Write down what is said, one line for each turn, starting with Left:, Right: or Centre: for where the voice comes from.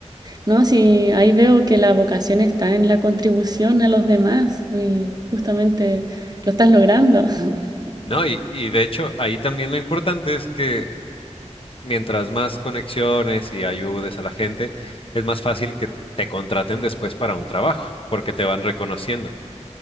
Right: no, sí, ahí veo que la vocación está en la contribución a los demás y justamente lo estás logrando. <laughs>
Left: ¿no? Y, y de hecho ahí también lo importante es que mientras más conexiones y ayudes a la gente, es más fácil que te contraten después para un trabajo, porque te van reconociendo,